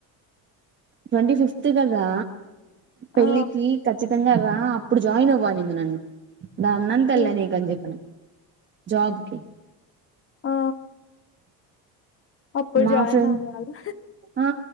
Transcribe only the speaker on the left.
ఆ!
హ్మ్.
ఆ. అప్పుడు
జాయిన్
అవ్వాలా?